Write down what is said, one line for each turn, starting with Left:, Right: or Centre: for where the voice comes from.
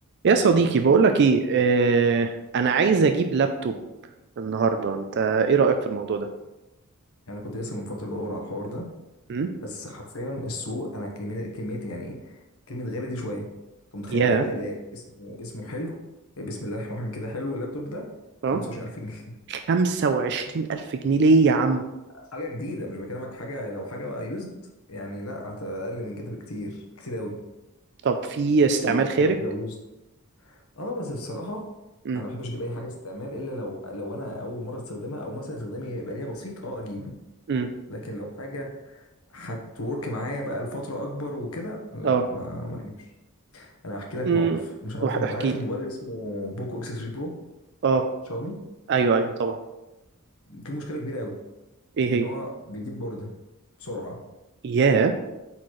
Right: يا صديقي بقولك ايه آه انا عايز اجيب لابتوب النهارده انت ايه رأيك في الموضوع ده
Left: يعني انا كنت لسه من فتره بدور على الحوار ده
Right: امم
Left: بس حرفيا السوق انا كميه كميه يعني كلمه غالي دي شويه انت متخيل
Right: يا
Left: اقل لاب اسمه اسمه حلو بسم الله الرحمن الرحيم كده حلو اللابتوب ده
Right: اه
Left: 25000 جنيه
Right: 25000 الف جنيه ليه يا عم
Left: <laughs> حاجه جديده مش بكلمك في حاجه لو حاجه بقى يوزد يعني لا هتبقى اقل من كده بكتير كتير قوي
Right: طب في استعمال
Left: لو
Right: خارج
Left: لو لو يوزد اه بس بصراحه
Right: امم
Left: انا ما بحبش اجيب اي حاجه استعمال الا لو لو انا اول مره استخدمها او مثلا استخدامي يبقى ليها بسيط اه اجيبه
Right: امم
Left: لكن لو حاجه هتورك معايا بقى لفترة أكبر وكده لا
Right: اه
Left: ما ما أجيبش أنا هحكي لك
Right: امم
Left: موقف مش عارف
Right: احكي
Left: أنت عارف
Right: لي
Left: الموبايل اللي اسمه بوكو إكس 3 برو
Right: اه
Left: شاومي
Right: ايوه ايوه طبعا
Left: في مشكلة كبيرة أوي
Right: ايه هي
Left: إن هو بيجيب بوردة بسرعة
Right: يا